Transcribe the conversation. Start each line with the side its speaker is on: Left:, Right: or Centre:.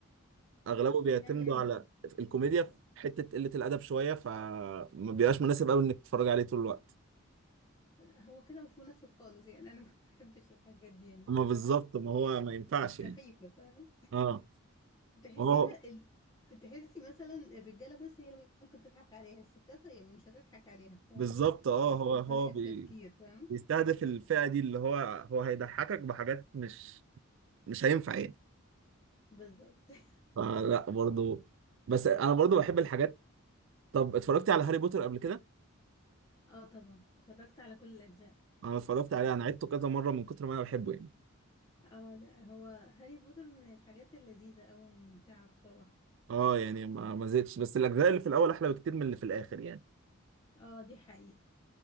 Right: أغلبه
Left: يعني
Right: بيعتمدوا على الكوميديا في حتة قلة الأدب شوية فما بيبقاش مناسب أوي إنك تتفرج عليه طول الوقت
Left: هو كده مش مناسب خالص يعني أنا <laughs> ما بحبش الحاجات دي يعني
Right: أما
Left: فاهمة
Right: بالظبط ما هو ما ينفعش
Left: سخيفة
Right: يعني أه
Left: تحسيها
Right: هو
Left: ال... تحسي مثلا الرجالة بس هي اللي ممكن تضحك عليها الستات هي مش هتضحك عليها فاهم
Right: بالظبط أه
Left: ك-
Right: هو
Left: كطريقة
Right: هو بي...
Left: تفكير فاهم
Right: بيستهدف الفئة دي اللي هو هو هيضحكك بحاجات مش مش هينفع يعني
Left: بالظبط <laughs>
Right: فلا برضو بس أنا برضو بحب الحاجات طب اتفرجت على هاري بوتر قبل كده؟
Left: اه طبعا اتفرجت على كل الأجزاء
Right: أنا اتفرجت
Left: تقريبا
Right: عليه أنا عدته كذا مرة من كتر ما أنا بحبه يعني
Left: اه لا هو هاري بوتر من الحاجات اللذيذة أوي وممتعة بصراحة
Right: اه يعني ما ما زهقتش بس الاجزاء اللي في الاول احلى بكتير من اللي في الاخر يعني
Left: اه دي حقيقة